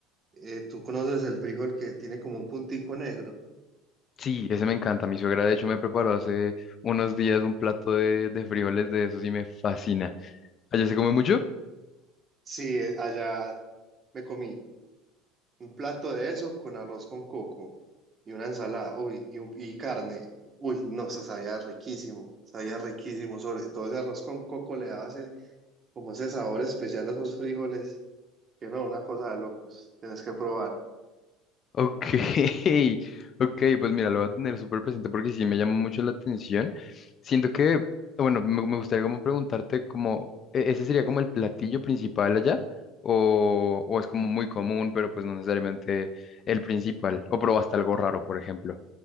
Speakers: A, on the right; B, on the left.
A: eh, ¿tú conoces el frijol que tiene como un puntico negro?
B: Sí, ese me encanta. Mi suegra, de hecho, me preparó hace unos días un plato de, de frijoles de esos y me fascina. ¿Allá se come mucho?
A: Sí, eh, allá me comí. Un plato de eso con arroz con coco y una ensalada, uy, y, un- y carne. Uy, no, eso sabía riquísimo, sabía riquísimo. Sobre todo ese arroz con coco le daba ese, como ese sabor especial a esos frijoles, que no, una cosa de locos, tenés que probar.
B: Ok, <laughs> ok, pues mira, lo voy a tener súper presente porque sí me llama mucho la atención. Siento que, bueno, me, me gustaría como preguntarte como, ¿e- ¿ese sería como el platillo principal allá? O, o es como muy común, pero pues no necesariamente el principal? ¿O probaste algo raro, por ejemplo?